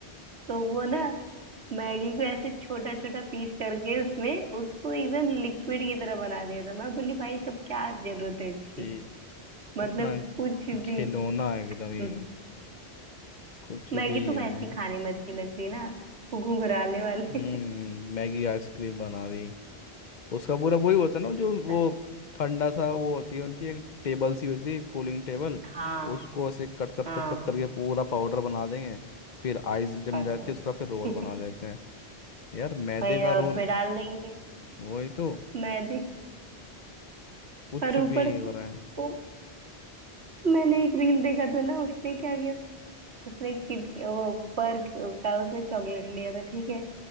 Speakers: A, on the right; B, on the left.
A: तो वो ना मैगी को ऐसे छोटा छोटा पीस करके उसमें उसको एकदम लिक्विड की तरह बना दिया था मैं बोली भाई तब क्या जरूरत है इसकी
B: ठीक
A: मतलब
B: कितना
A: कुछ भी
B: घिनौना है एकदम ही
A: हम्म,
B: कुछ
A: मैगी
B: भी
A: तो वैसे
B: है
A: ही खाने में अच्छी लगती है ना वो घुंघराले वाले
B: हम्म मैगी आइसक्रीम बना दी उसका पूरा वही होता है ना जो वो
A: <laughs>
B: ठंडा सा वो होती है उनकी एक टेबल सी होती है कूलिंग टेबल
A: हाँ
B: उसको ऐसे कट कट
A: हाँ
B: कट कट करके पूरा पाउडर बना देंगे फिर आइस जम
A: पता
B: जाती
A: नहीं
B: है उसका फिर रोल बना
A: <laughs>
B: देते हैं यार मैदे
A: वही
B: का
A: ना
B: रोल
A: और उसमें डाल देंगे
B: वही तो
A: मैदे
B: कुछ
A: और ऊपर
B: भी
A: से
B: हो रहा है
A: वो मैंने एक रील देखा था ना उसने क्या किया उसने किट वो पर्क का उसने चॉकलेट लिया था ठीक है